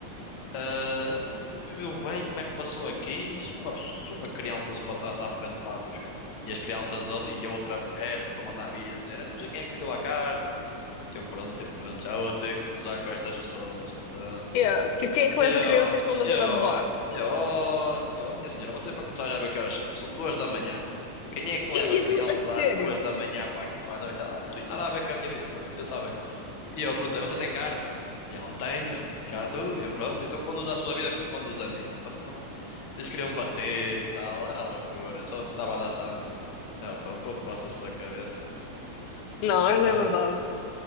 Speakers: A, on the left (about 60°); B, on the left (about 75°).
A: ah, então viveu bem, como é que passou aqui? E se uma, se uma criança se passasse à frente lá dos carros? E as crianças ali, e a outra mulher, tipo, a mandar vir a dizer: ah, Não sei quem é que lhe deu a carta. E eu, pronto, eu, pronto, já vou ter que gozar com estas pessoas. portanto.
B: Yeah. Tipo, quem é que
A: Eu,
B: leva crianças para uma
A: eu,
B: zona de bar?
A: eu, eu, minha senhora, você para começar já viu que horas são? São duas da manhã. Quem é que leva
B: Ia,
A: a criança
B: do... a sério?
A: às duas da manhã para aqui para a noite? Ah, não tenho nada a ver com a minha vida. Eu estava bem. E eu perguntei, você tem carta? E ela, tenho, já tu? E eu, pronto, então conduz a sua vida que eu conduzo a minha. E passei lá o carro. Eles queriam me bater e tal, era loucura, eu só estava a dar tanga. Ah, pá, pô, passa-se da cabeça.
B: Não, essa
A: Ah,
B: é verdade.